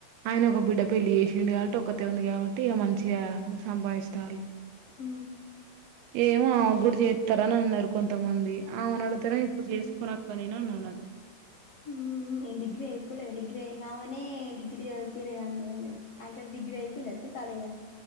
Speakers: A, on the right; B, on the left.
A: ఆయన ఒక బిడ్డ పెళ్లి చేసిండు కాబట్టి ఒకటే ఉంది కాబట్టి ఇ మంచిగా సంపాదిస్తారు
B: ఉ
A: ఏమో ఆమె గుడి చేస్తార అని అన్నారు కొంతమంది ఆమెను అడతార ఇప్పుడు చేసుకునక్కా అని అన్నది నాతో
B: ఉ ఈ డిగ్రీ అయిపోలే డిగ్రీ అయి కావనే డిగ్రీ అయిపోలేండి అ డిగ్రీ అయిపోయింది అసలు కాలేదా